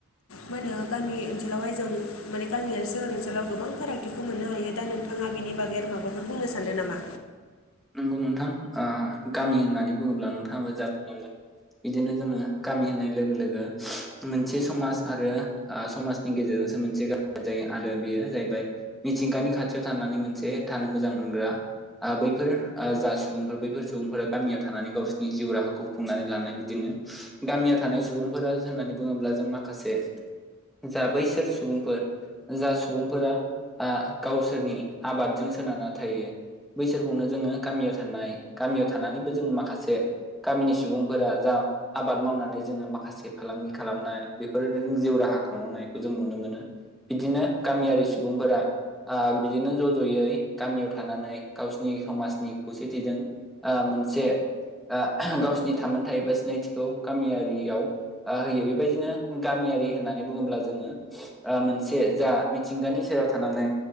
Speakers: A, on the left (about 80°); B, in the centre.
A: मा होनो गामि ओनसोलावहाय जों माने गामि आरो सोहोर ओनसोलाव गोबां फारागथिखौ मोननो हायो दा नोंथां नोंथाङा बिनि बागै आरो माबाफोर बुंनो सान्दों नामा?
B: नंगौ नोंथां ओ गामि होननानै बुङोब्ला नोंथाङाबो जा बुंलांबाय बिदिनो जोङो गामि होननाय लोगो लोगो मोनसे समाज आरो आ समाजनि गेजेरजोंसो मोनसे गामि जायो आरो बेयो जाहैबाय मिथिंगानि खाथियाव थानानै मोनसे थानो मोजां मोनग्रा आ बै बेफोर आ जा सुबुंफोर बैफोर सुबुंफोरा गामियाव थानानै गावसोरनि जिउ राहाखौ खुंनानै लानानै बिदिनो गामियाव थानाय सुबुंफोरा होननानै बुङोब्ला जों माखासे जा बैसोर सुबुंफोर जा सुबुंफोरा आ गावसोरनि आबादजों सोनारना थायो बिसोरखौनो जोङो गामियाव थानाय गामियाव थानानैबो जोङो माखासे गामिनि सुबुंफोरा जा आबाद मावनानै जोङो माखासे फालांगि खालामनाय बे फोर जिउ राहा खांनांनायखौ जों नुनो मोनो बिदिनो गामियारि सुबुं सुबुंफोरा आ बिदिनो ज' ज'यै गामियाव थानानै गावसिनि समाजनि खौसेथिजों आ मोनसे आ गावसिनि थामोनथाय बा सिनायथिखौ गामियारियाव ओ होयो बेबायदिनो गामियारि होननानै बुङोब्ला जोङो ओ मोनसे जा मिथिंगानि सेराव थानानै